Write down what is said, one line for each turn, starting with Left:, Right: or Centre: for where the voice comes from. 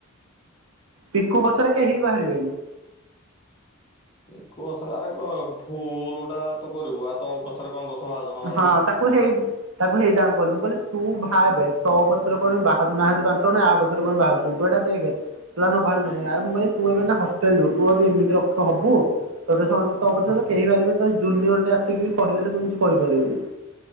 Right: ପିଙ୍କୁ ପଛରେ କେହି ବାହାରିବେନି,
Left: ଏଙ୍କୁ ଅସରେ ଆରେ ଭୁଲ ଟା ତ କରିବୁ ଆଉ ତୋ ପସରେ କଣ ଦଶ ବାର ଜଣ ବାହାରିବି
Right: ହଁ
Left: କି?
Right: ତାକୁ ହେଇ ତାକୁ ହେଇଟା ଆମେ କହିଲୁ ମୁଁ କିହିଲି ଭାବେ ତୋ ପଛରେ କଣ ବାହାରୁ ନାହାନ୍ତି ପାଞ୍ଚଜଣ ୟା ପଛରେ କଣ ପାଇଁ ବାହାରୁଛନ୍ତି? ତୁ ଏଟା ଦେଖେ ତୁ ଏବେ ହେବାର ନାହିଁ ଆରେ ମୋ ଭାଇ ଏବେ ହଷ୍ଟେଲ ଯୁ ତୁ ଯଦି ଏମିତି ର ହବୁ ତୋ ସମସ୍ତେ ତୋ ପଛ କେହିପାରିବେନି ତ ଜୁନିୟର ଟେ ଆସିକି ବି କହିଦେଲେ ତୁ କିଛି କହିପାରିବୁନି।